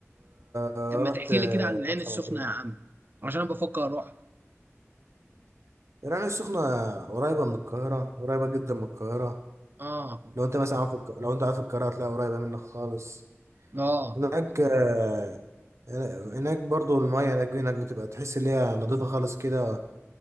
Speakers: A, on the right (about 75°); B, on the right (about 45°).
A: ورحت
B: طب ما تحكي
A: آه،
B: لي كده عن العين
A: مرسى
B: السخنه
A: مطروح
B: يا عم عشان انا بفكر اروح
A: العين السخنة قريبة من القاهرة قريبة جدا من القاهرة
B: اه
A: لو أنت مثلا عارف الق- لو أنت عارف القاهرة هتلاقي قريبة منك خالص
B: اه
A: هناك آه، هناك برضو المية هناك هناك بتبقى تحس إن هي نضيفة خالص كده